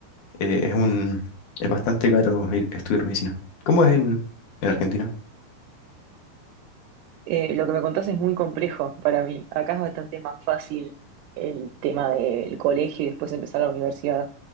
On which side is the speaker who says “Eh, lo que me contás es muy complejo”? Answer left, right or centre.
Right